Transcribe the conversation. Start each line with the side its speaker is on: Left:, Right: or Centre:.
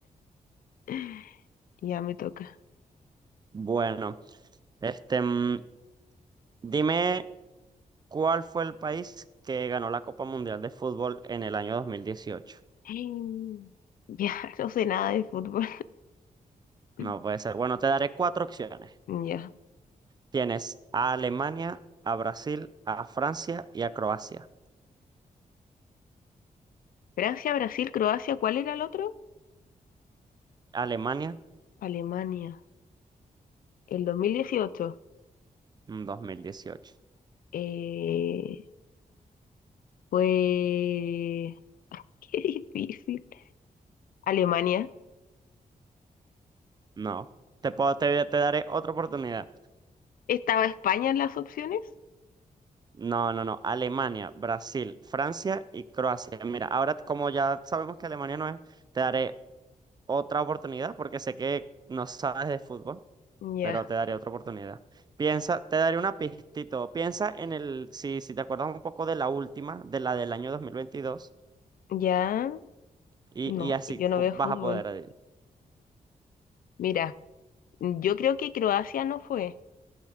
Left: <laughs> Ya me toca.
Right: Bueno, este, mm, dime cuál fue el país que ganó la Copa Mundial de Fútbol en el año dos mil dieciocho
Left: Mm, Ya, <laughs> no sé nada de fútbol. <laughs>
Right: No puede ser. Bueno, te daré cuatro opciones.
Left: Ya.
Right: Tienes a Alemania, a Brasil, a Francia y a Croacia.
Left: Francia, Brasil, Croacia, ¿cuál era el otro?
Right: Alemania,
Left: Alemania. El 2018.
Right: mm, dos mil dieciocho
Left: Eh, fue... <laughs> Qué difícil. Alemania.
Right: No. Te puedo, te, te daré otra oportunidad.
Left: ¿Estaba España en las opciones?
Right: No, no, no. Alemania, Brasil, Francia y Croacia. Mira, ahora como ya sabemos que Alemania no es, te daré otra oportunidad porque sé que no sabes de fútbol,
Left: Ya.
Right: pero te daré otra oportunidad. Piensa, te daré una pistito. Piensa en el, si, si te acuerdas un poco de la última, de la del año 2022,
Left: Ya.
Right: y,
Left: No,
Right: y así
Left: yo no
Right: po-
Left: veo
Right: vas
Left: fútbol.
Right: a poder adivinar.
Left: Mira, yo creo que Croacia no fue.